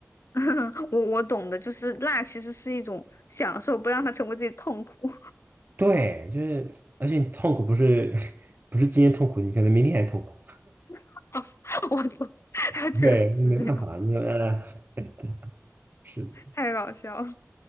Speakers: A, on the left (about 60°); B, on the right (about 40°).
A: <laughs> 我我懂的，就是辣其实是一种享受，不让它成为自己痛苦。
B: 对，就是，而且你痛苦不是 <laughs> 不是今天痛苦，你可能明天还痛苦。
A: <laughs> 我懂，<laughs>
B: <laughs>
A: 确实是这样，
B: 对，没办法，那呃，哎是的。
A: 太搞笑了。